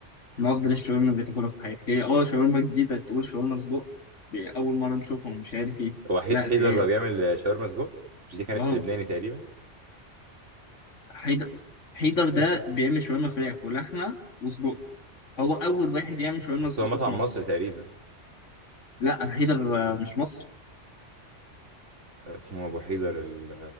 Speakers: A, on the left (about 85°); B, on the right (about 75°).
A: من افضل الشاورما اللي تاكلها في حياتك هي اه شاورما جديدة تقول شاورما سجق دي اول مرة نشوفهم مش عارف ايه
B: هو حي-
A: لا
B: حيدر
A: فاهم
B: بقى بيعمل شاورما سجق مش دي كانت
A: اه
B: لبناني تقريبا
A: حيدر حيدر ده بيعمل شاورما فراخ ولحمة وسجق هو اول واحد يعمل شاورما
B: بس
A: سجق
B: هو مطعم
A: في مصر
B: مصري تقريبا
A: لا حيدر آه، مش مصر
B: آه، اسمه ابو حيدر ال-